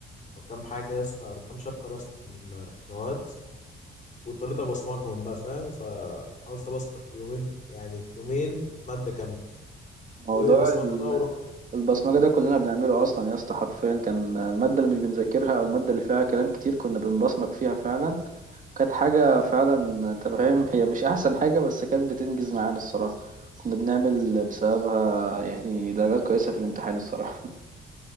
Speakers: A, on the left; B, on the right.
A: او كام حاجه يا اسطى او كام شابتر يا اسطى في المواد واضطريت ابقى اسمجهم بقى فاهم فحاولت ابصمج في يومين يعني في يومين ماده كامله
B: موضوع
A: وبصمجتها
B: ال...
A: ورحت
B: البصمجة ده كلنا بنعمله أصلا يا اسطى حرفيا كان المادة اللي مش بنذاكرها أو المادة اللي فيها كلام كتير كنا بنبصمج فيها فعلا كانت حاجة فعلا أنت فاهم هي مش أحسن حاجة بس كانت بتنجز معانا الصراحة كنا بنعمل بسببها يعني درجات كويسة في الامتحان الصراحة